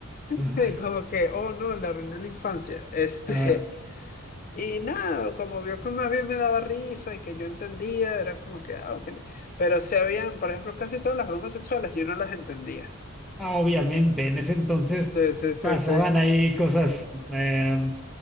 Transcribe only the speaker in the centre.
ajá,
<laughs> ajá.
Ah, obviamente, en ese entonces
pasaban
ahí cosas em,